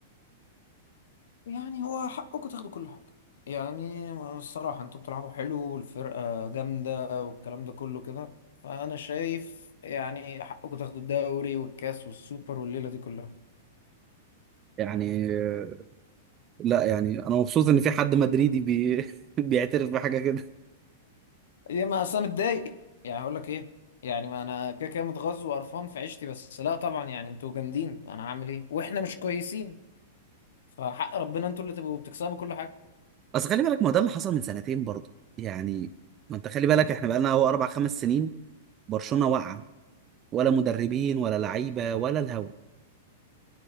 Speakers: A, on the left; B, on the right.
A: يعني هو حقكم تاخدوا كل حاجة يعني الصراحة أنتوا بتلعبوا حلو والفرقة جامدة والكلام ده كله كده فأنا شايف يعني حقكم تاخدوا الدوري والكاس والسوبر والليلة دي كلها
B: يعني آه، لا يعني انا مبسوط ان في حد مدريدي بي... <laughs> بيعترف بحاجة كده
A: يا ما اصل انا متضايق يعني هقول لك ايه يعني ما انا كده كده متغاظ وقرفان في عيشتي بس لا طبعا يعني انتوا جامدين انا هعمل ايه واحنا مش كويسين فحق ربنا انتوا اللي تبقوا بتكسبوا كل حاجه
B: بس خلي بالك ما ده اللي حصل من سنتين برضه يعني ما انت خلي بالك احنا بقالنا هو اربع خمس سنين برشلونة واقعة ولا مدربين ولا لعيبة ولا الهوا